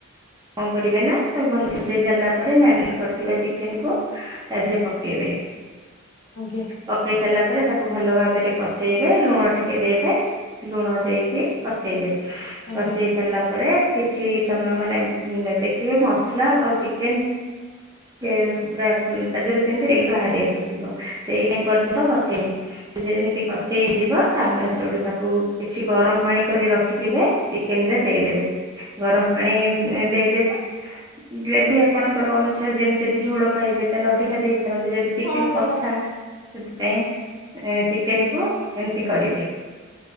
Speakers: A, on the right; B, on the left.
A: କଣ କରିବେ ନା ତାକୁ ଭଲ <unintelligible> ସାରିଲା ପରେ ମ୍ୟାରିନେଟ୍ କରିଥିବା ଚିକେନକୁ ତା ଦେହରେ ପକେଇବେ
B: ଆଜ୍ଞା
A: ପକେଇ ସାରିଲା ପରେ ତାକୁ ଭଲ ଭାବରେ କସେଇବେ ଲୁଣ ଟିକେ ଦେବେ ଲୁଣ ଦେଇକି କଷେଇବେ।
B: ଆଜ୍ଞା
A: କଷେଇ
B: ଆଜ୍ଞା
A: ସାରିଲା ପରେ କିଛି ସମୟ ମାନେ ଦେଖିବେ ମସଲା ଆଉ ଚିକେନ ସେ ପୁରା ତା ଦେହରୁ ଯେମିତି ତେଲ ବାହାରି ଆସୁଥିବ ସେଇ ଟାଇମ୍ ପର୍ଯ୍ୟନ୍ତ କସେଇବେ। ଯେମିତି କଷେଇ ହେଇଯିବ ତାପରେ
B: ଆଜ୍ଞା ଆଜ୍ଞା
A: ସେଉଠୁ ତାକୁ କିଛି ଗରମ ପାଣି କରି ରଖିଥିବେ ଚିକେନ ରେ ଦେଇଦେବେ ଗରମ ପାଣି ଦେଇଦେବେ ଗ୍ରେଭି ଆପଣଙ୍କର ଅନ ସାରେ ଯେମିତି ଯଦି ଝୋଳ ଖାଇବେ ତାହେଲେ ଅଧିକା ଦେଇପାରନ୍ତି ଯଦି ଚିକେନ୍
B: ହଁ ମ୍ୟାଡ଼ାମ
A: କଷା ସେଥିପାଇଁ ଚିକେନ କୁ ଏମିତି କରିବେ।